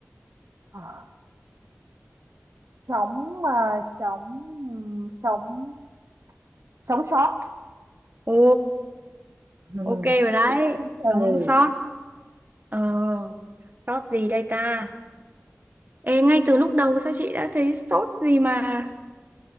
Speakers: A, on the right (about 70°); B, on the right (about 40°).
A: À, sống à, sống ừm, sống sống sót.
B: Ồ,
A: <laughs>
B: ok rồi đấy.
A: Ừ.
B: Sống sót. Ờ. Sốt gì đây ta? Ê, ngay từ lúc đầu sao chị đã thấy sốt gì mà